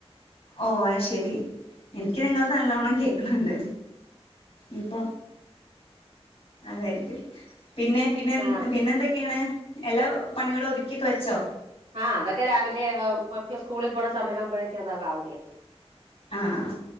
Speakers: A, on the left; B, on the right.
A: ഓ അ ശെരി എനിക്ക് നിങ്ങൾ നല്ലവണം കേക്കുന്നുണ്ട് ഇപ്പൊ അതായിരിക്കും പിന്നെ പിന്നെ
B: ആഹ്
A: പിന്നെ എന്തൊക്കെയാണ് എല്ലാ പണികളും ഒതുക്കിയൊക്കെ വെച്ചോ
B: ആഹ അതൊക്കെ രാവിലെ മക്കള് സ്കൂളിൽ പോണ സമയം ആകുമ്പോഴേക്കും അതാവൂലേ
A: ആഹ